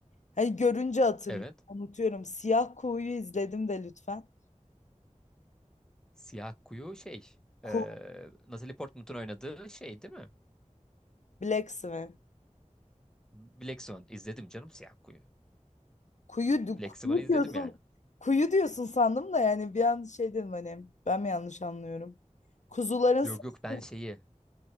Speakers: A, on the left (about 70°); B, in the centre.
A: Hani görünce hatırlıyorum,
B: evet.
A: unutuyorum. Siyah Kuğu'yu izledim de lütfen.
B: Siyah Kuyu şey.
A: Ku
B: E, Natalie Portman'ın oynadığı şey değil mi?
A: Black Swan.
B: Black Swan izledim canım Siyah Kuyu.
A: Kuyu, di-
B: Black
A: kuyu
B: Swan'ı izledim
A: diyorsun.
B: yani.
A: Kuyu diyorsun sandım da yani bir an şey dedim hani ben mi yanlış anlıyorum? Kuzuların
B: Yok
A: sesi
B: yok ben şeyi